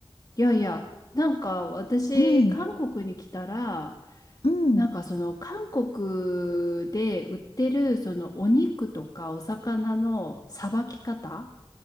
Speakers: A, on the left; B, on the left.
A: いやいや、なんか私、
B: うん、
A: 韓国に来たら、
B: うん。
A: なんかその韓国で売ってるそのお肉とかお魚のさばき方